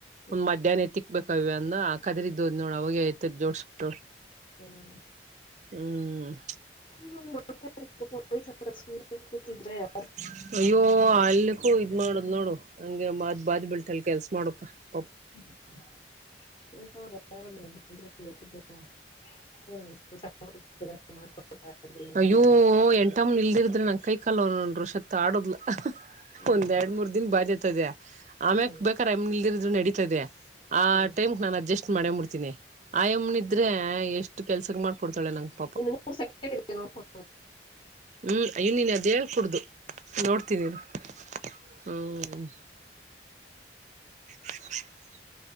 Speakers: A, on the left; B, on the right.
A: ಹ್ಮ್
B: ಮಧ್ಯಾಹ್ನ ತ್ತಿಕ್ಕ ಬೇಕ ಕವ್ಯ ಅಂದನ್ನ ಆ ಅಕ್ಕ ಎದರ ಇದೋದ್ ನೋಡ ಅವಾಗ ಎತ್ತ ಎತ್ತ ಜೋಡಿಸ ಬಿಟ್ಟರು.
A: ಹ್ಮ್.
B: ಹೂ <inaudible>
A: <unintelligible> <inaudible>
B: <inaudible> ಅಯ್ಯೋ ಅಲ್ಲಿಕ್ಕೂ ಇದ ಮಾಡುದಲ್ಲ ನೋಡು ಹಂಗೆ ಮಾಜ ಬಾದಿ ಬಿಲ್ಟಲ್ಲಿ ಕೆಲಸಾ ಮಾಡಬೇಕ. <inaudible>
A: <unintelligible> <inaudible> <inaudible> <unintelligible> ಏನಾರ.
B: ಅಯ್ಯೋ ಎಂಟಮ್ಮ ಇಲ್ಲದಿದರ ನನ್ನ ಕೈ ಕಾಲ ನನ್ನ ರೋಶಾ ಹತ್ತ ಆಡಿದಲ್ಲ
A: ಹ್ಮ್
B: ಒಂದ್ ಎರಡ್ ಮೂರ್ ದಿನ ಬಾಡಿರತದೇ <inaudible> ಆಮ್ಯಕ್
A: ಹ್ಮ್
B: ಬೇಕಾರ ಆಯಮ್ಮ ಇಲ್ಲದಿದ್ದರು ನಡಿತತದೆ ಆ
A: ಹ್ಮ್.
B: ಟೈಮ್ಕ್ ನಾನ ಅಡ್ಜಸ್ಟ್ ಮಾಡೇಮ ಬಿಡ್ತೀನಿ. ಆಯಮ್ಮ ಇದ್ರೆ ಎಷ್ಟ ಕೆಲಸಕ್ಕ ಮಾಡ್ಕೊಡ್ತಾಳೆ ನಂಗ ಪಾಪ <inaudible>
A: <inaudible> <unintelligible>
B: ಹು ಇನ್ನನ್ ಅದ ಹೇಳ ಕುೂಡ್ದು ನೋಡ್ತನಿ ಇರು ಹ <inaudible> <inaudible>